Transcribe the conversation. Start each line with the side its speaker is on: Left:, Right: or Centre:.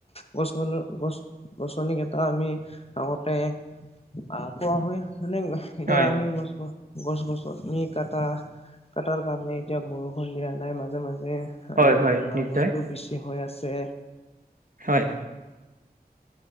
Left: গছ, গ-গছ গছনি কেইটা আমি আগতে, অহ', কোৱা হয়। মানে এতিয়া
Right: হয়
Left: আমি গছ, গছ, গছ, গছ নি কটাৰ কটাৰ কাৰনে, এতিয়া বৰষুণ দিয়া নাই, মাজ যে এইবাৰ
Right: হয় হয় নিশ্চয়
Left: বস্তু বেছি হৈ আছে
Right: হয়